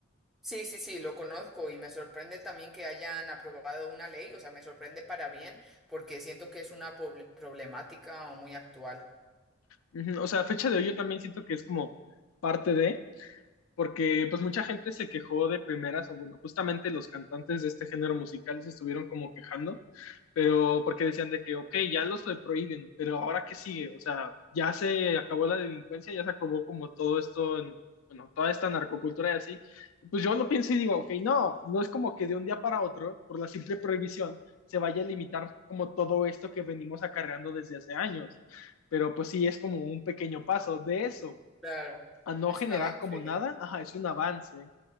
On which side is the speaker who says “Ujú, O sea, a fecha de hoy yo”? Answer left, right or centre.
Left